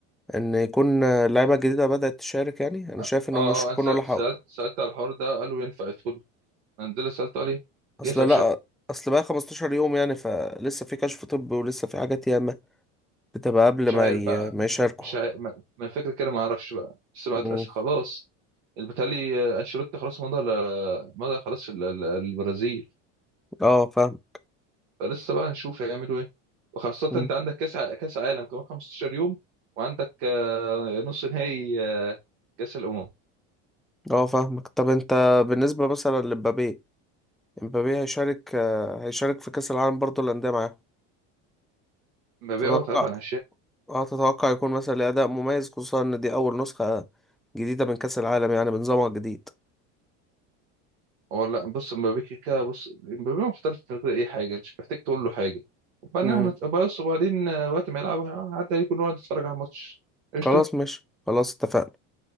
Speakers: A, in the centre; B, on the right.
A: إن يكون اللعيبة الجديدة بدأت تشارك يعني أنا
B: اه
A: شايف إنهم
B: اه آه،
A: مش هيكونوا
B: انا سأل-
A: لحقوا
B: سالت سالت على الحوار ده قالوا ينفع يدخلوا انا ده اللي سالت عليه
A: أصل
B: ينفع شرط
A: لأ أصل بقى 15 يوم يعني فلسه في كشف طبي ولسه في حاجات ياما بتبقى قبل
B: مش
A: ما
B: عارف
A: ي...
B: بقى
A: ما يشاركوا
B: مش عارف ما ما الفكره كده ما اعرفش بقى بس بعد
A: مم.
B: أس- خلاص اللي بيتهيألي آه، انشيلوتي خلاص مضى ل- مضى خلاص في ال- ال- البرازيل
A: اه فاهم
B: فلسه بقى هنشوف هيعملوا ايه وخاصه
A: مم.
B: انت عندك كاس ع- كاس عالم كمان 15 يوم وعندك آه، نص نهائي آه، كاس الامم
A: اه فاهمك طب انت بالنسبة مثلا لمبابي مبابي هيشارك آه، هيشارك في كأس العالم برضه الأندية معاه
B: مبيعه
A: تتوقع
B: طبعا
A: اه تتوقع يكون مثلا ليه أداء مميز خصوصا إن دي أول نسخة جديدة من كأس العالم يعني بنظامها الجديد
B: هو لا بص مبابي كده كده- بص مبابي محترف من غير اي حاجه انت مش محتاج تقول له حاجه وبعدين
A: مم.
B: احنا بص وبعدين آه، وقت ما يلعب عدى عليكم نقعد نتفرج على الماتش قشطه
A: خلاص ماشي خلاص اتفقنا